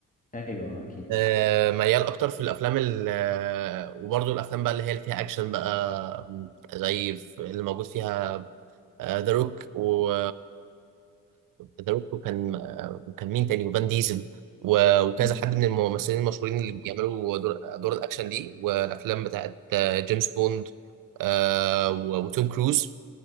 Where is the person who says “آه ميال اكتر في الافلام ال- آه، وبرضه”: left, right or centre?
Right